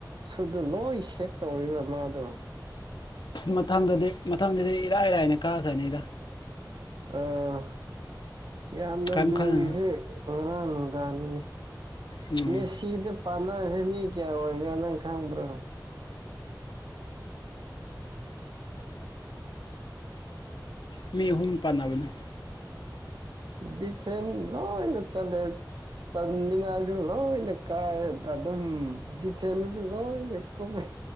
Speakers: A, on the right (about 75°); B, on the left (about 80°).
A: ꯁꯨꯗ ꯂꯣꯏ ꯁꯦꯞ ꯇꯧꯋꯦꯕ ꯃꯥꯗꯣ
B: ꯃꯊꯪꯗꯗꯤ ꯃꯊꯪꯗꯗꯤ ꯏꯔꯥꯏꯔꯥꯏꯅ ꯀꯥꯈ꯭ꯔꯅꯤꯗ
A: ꯑꯥ ꯌꯥꯝꯅ
B: ꯀꯔꯤꯝ
A: ꯂꯨꯔꯤꯁꯦ
B: ꯈꯜꯂꯨꯅꯨ
A: ꯉꯔꯥꯡ ꯅꯨꯡꯗꯥꯡꯅꯤꯅꯦ
B: ꯎꯝ
A: ꯃꯦꯁꯤꯗ ꯄꯥꯟꯅꯔꯁꯦ ꯃꯤ ꯀꯌꯥ ꯑꯣꯏꯕ꯭ꯔꯥ ꯅꯪ ꯈꯪꯕ꯭ꯔꯣ
B: ꯎ ꯃꯤꯍꯨꯝ ꯄꯥꯟꯕꯅ
A: ꯗꯤꯐꯦꯟ ꯂꯣꯏꯅ ꯆꯂꯦ ꯆꯟꯅꯤꯡꯉꯥꯏꯁꯦ ꯂꯣꯏꯅ ꯀꯥꯏꯑ ꯑꯗꯨꯝ ꯗꯤꯐꯦꯟꯁꯨꯣꯏꯅꯦ ꯀꯃ